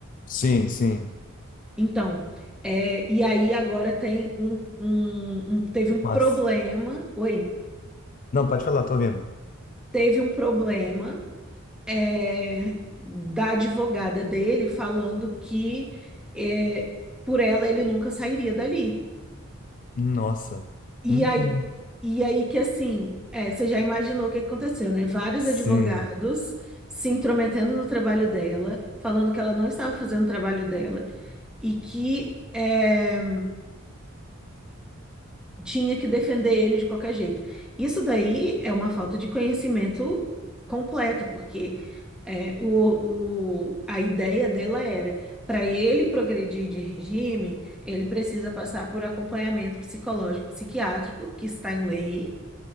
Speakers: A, on the left; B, in the centre.
A: sim, sim.
B: Então, é, e aí agora tem um, um- um- teve um problema,
A: Nossa.
B: oi,
A: Não, pode falar, tô ouvindo.
B: teve um problema é, da advogada dele falando que é, por ela ele nunca sairia dali.
A: Nossa.
B: E
A: Hum,
B: aí, e aí que assim, é, você já imaginou o que que aconteceu, né? Vários
A: sim.
B: advogados se intrometendo no trabalho dela, falando que ela não estava fazendo o trabalho dela e que eh, tinha que defender ele de qualquer jeito. Isso daí é uma falta de conhecimento completo, porque é, o, o- a ideia dela era, para ele progredir de regime, ele precisa passar por acompanhamento psicológico, psiquiátrico, que está em lei,